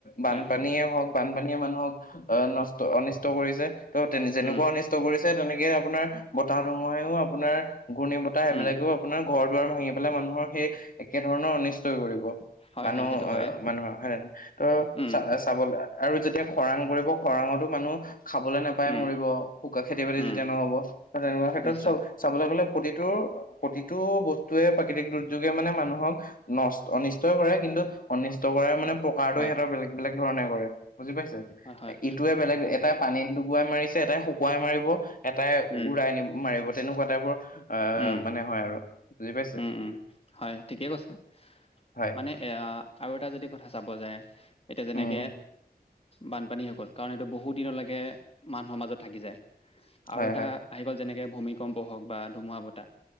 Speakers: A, on the left; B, on the left.
A: বানপানীয়ে
B: হয়
A: হওক বানপানীয়ে মানুহক আহ নষ্ট অনিষ্ট কৰিছে ত' তে যেনেকুৱা
B: উম
A: অনিষ্ট কৰিছে তেনেকে আপোনাৰ বতাহ ধুমুহাইও আপোনাৰ ঘূৰ্ণী বতাহ সেইবিলাকেও
B: উম
A: আপোনাৰ ঘৰ দুৱাৰ ভাঙি পেলাই মানুহৰ সেই একে ধৰণৰ অনিষ্টই কৰিব।
B: হয়
A: মানুহ
B: হয় সেইটো
A: আহ,
B: হয়
A: মানুহৰ হয়ে ত'
B: উম
A: চ-চাবলৈ আৰু যেতিয়া খৰাং পৰিব খৰাংতো মানুহ খাবলৈ নাপায়
B: উম
A: মৰিব, শুকা খেতি-বাতি
B: উম
A: যেতিয়া নহ'ব ত' তেনেকুৱা ক্ষেত্ৰত
B: নিশ্চয়
A: চব চাবলৈ গ'লে প্ৰতিটো প্ৰতিটো বস্তুৱে প্ৰাকৃতিক দুৰ্যোগে মানে মানুহক নষ্ট অনিষ্টই কৰে কিন্তু অনিষ্ট কৰাৰ মানে প্ৰকাৰটো
B: হয়
A: সিহঁতৰ বেলেগ বেলেগ ধৰণে কৰে বুজি পাইছে?
B: হয় হয়
A: ইটোৱে বেলেগ এটা পানীত ডুবুৱাই মাৰিছে, এটাই শুকুৱাই মাৰিব, এটাই
B: উম
A: উৰাই নি মাৰিব, তেনেকুৱা টাইপৰ অ',
B: উম
A: মানে হয় আৰু। বুজি পাইছে
B: উম, উম, হয়, ঠিকে কৈছে
A: হয়
B: মানে এইয়া আৰু এটা যদি কথা চাব যায় এতিয়া যেনেকে
A: উম
B: বানপানী হৈ গ'ল কাৰণ, এইটো বহু দিনলৈকে মানুহৰ মাজত থাকি যায়, আৰু
A: হয়
B: এটা
A: হয়
B: আহি গ'ল যেনেকে ভূমিকম্প হওক বা ধুমুহা বতাহ